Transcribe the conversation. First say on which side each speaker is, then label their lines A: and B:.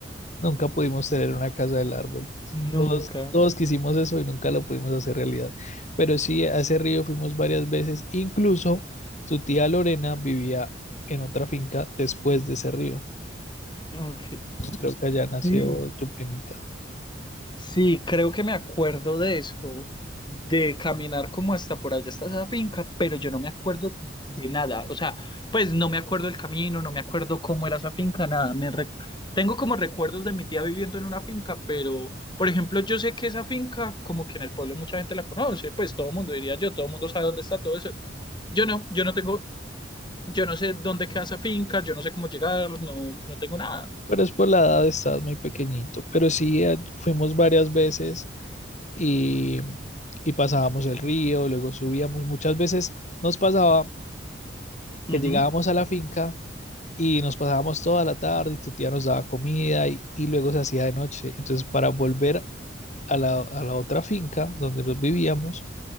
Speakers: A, on the left (about 40°); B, on the left (about 25°).
A: nunca pudimos tener una casa del árbol.
B: Nunca.
A: Todos, todos quisimos eso y nunca lo pudimos hacer realidad. Pero sí, a ese río fuimos varias veces. Incluso tu tía Lorena vivía en otra finca después de ese río.
B: Ok.
A: Creo que allá nació
B: Sí,
A: tu primita.
B: sí, creo que me acuerdo de eso, de caminar como hasta por allá, hasta esa finca, pero yo no me acuerdo de nada. O sea, pues no me acuerdo del camino, no me acuerdo cómo era esa finca, nada. Me re- Tengo como recuerdos de mi tía viviendo en una finca, pero, por ejemplo, yo sé que esa finca, como que en el pueblo mucha gente la conoce, pues todo el mundo diría yo, todo el mundo sabe dónde está todo eso. Yo no, yo no tengo, yo no sé dónde queda esa finca, yo no sé cómo llegar, no, no tengo nada.
A: Pero es por la edad, estabas muy pequeñito. Pero sí, eh, fuimos varias veces y, y pasábamos el río, luego subíamos. Muchas veces nos pasaba que
B: Ujú,
A: llegábamos a la finca y nos pasábamos toda la tarde y tu tía nos daba comida y, y luego se hacía de noche. Entonces, para volver a la, a la otra finca donde nos vivíamos,